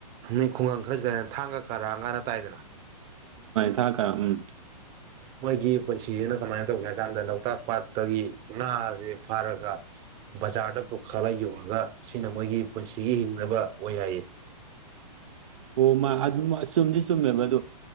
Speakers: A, on the right (about 20°); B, on the right (about 55°).
A: ꯃꯤ ꯈꯨꯡꯥ ꯈꯪꯈꯖꯅ ꯊꯥꯡꯒ ꯀꯔꯥ ꯀꯅ ꯇꯥꯏꯗꯅ
B: ꯊ ꯀ ꯎꯝ
A: ꯃꯣꯏꯒꯤ ꯄꯨꯟꯁꯤꯁꯤꯅ ꯀꯃꯥꯏꯅ ꯇꯧꯒꯦ ꯍꯥꯏ ꯀꯥꯟꯗ ꯂꯣꯛꯇꯥꯛ ꯄꯥꯠꯇꯒꯤ ꯉꯥꯁꯦ ꯐꯥꯔꯒ ꯕꯖꯥꯔꯗ ꯄꯨꯈꯠꯂꯒ ꯌꯣꯉꯒ ꯁꯤꯅ ꯃꯣꯏꯒꯤ ꯄꯨꯟꯁꯤꯒꯤ ꯍꯤꯡꯅꯕ ꯑꯣꯏ ꯍꯥꯏꯌꯦ
B: ꯑꯣ ꯃꯥ ꯑꯗꯨ ꯆꯨꯝꯗꯤ ꯆꯨꯝꯃꯦꯕ ꯑꯗꯨ